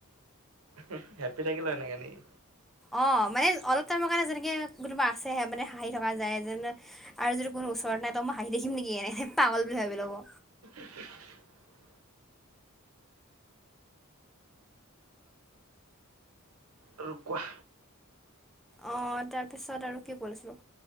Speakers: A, on the right; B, in the centre.
A: এহ, হেপ্পি থাকিলে এনেকে নেকি
B: অ, মানে অলপ টাইমৰ কাৰণে যেনেকে কোনোবা আছেহে মানে হাঁহি থকা যায় যে আৰু যিটো ওচৰত নাই তই মই হাঁহি দেখিম নেকি এনে পাগল বুলি ভাবি ল'ব
A: <inaudible> আৰু কোৱা
B: আহ তাৰপিছত আৰু কি কৰিছিলো